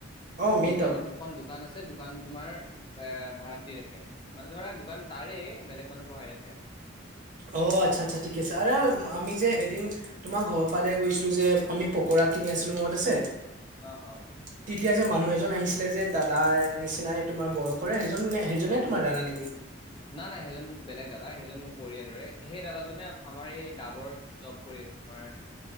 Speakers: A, on the right; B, on the left.
A: অ
B: মেইন
A: টাউন
B: টাউনত দুখন দু দোকান আছে দোকান তোমাৰ ভাড়াত দি ৰাখে। মানে ধৰা দোকান তাৰে বেলেগ মানুহ বহাই ৰাখে।
A: অ আচ্ছা আচ্ছা ঠিক আছে আৰু আমি যে এদিন - তোমাৰ ঘৰ ফালে গৈছিলো যে আমি পকৰা কিনি আছিলো মনত আছে?
B: অ', অ',
A: তেতিয়া যে মানুহ এজন আহিছিলে যে দাদা নিচিনাই তোমাৰ বয়সৰে সেইজন সেইজনে তোমাৰ দাদা নেকি?
B: নাই নাই সেইজন বেলেগ দাদা সেইজন মোৰ পৰিয়ালৰে সেই দাদাজনে আমাৰ এই ডাবৰত জব কৰি আছোঁ, তোমাৰ